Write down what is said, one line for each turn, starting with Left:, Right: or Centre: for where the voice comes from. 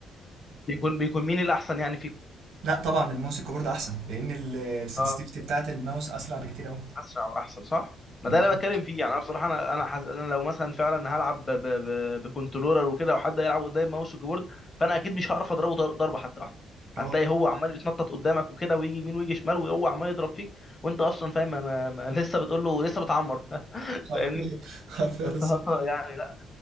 Left: بيكون بيكون مين الاحسن يعني فيكم
Right: لا طبعا الماوس وكيبورد احسن لان السنسيتيفيتي
Left: اه
Right: بتاعت الماوس اسرع بكتير قوي
Left: اسرع واحسن صح ما
Right: بالظبط
Left: ده اللي أنا بتكلم فيه يعني انا بصراحه انا انا, حز... أنا لو مثلا فعلا هلعب ب... ب... ب... بكنترولر وكده وحد يلعب قدام ماوس وكيبورد فانا اكيد مش هعرف اضربه ضر- ضربه حتى واحده
Right: طبعا
Left: هتلاقي هو عمال يتنطط قدامك وكده ويجي يمين ويجي شمال وهو عمال يضرب فيك وانت اصلا فاهم ما... ما... ما... <laughs> لسه بتقول له لسه بتعمر <laughs>
Right: حرفيا
Left: فاهمني
Right: <laughs> حرفيا لسه
Left: ف...
Right: بتلعب.
Left: يعني لا